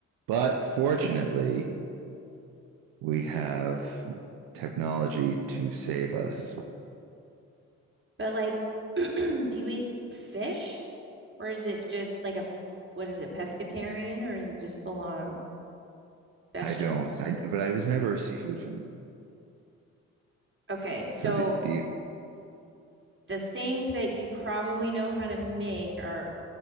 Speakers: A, on the right (about 75°); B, on the right (about 30°).
A: But fortunately, we have technology to save us.
B: But like, <clears throat> do you eat fish or is it just like a f- what is it, pescatarian or is it just full on vegetables?
A: I don't I but I was never a seafood fan.
B: Okay, so
A: So the, the
B: the things that you probably know how to make are